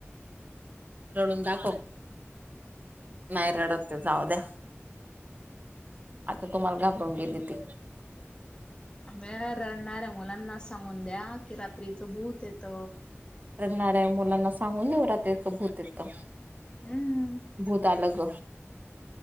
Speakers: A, on the right; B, on the left.
A: रडून दाखव. नाही रडत ते जाऊ द्या आता तुम्हाला घाबरून गेली ती
B: अ म रडणाऱ्या मुलांना सांगून द्या की रात्रीचं भूत येत.
A: रणाऱ्या मुलांना सांगून नवरात्रीच भूत येतं.
B: हम्मम.
A: भूत अलग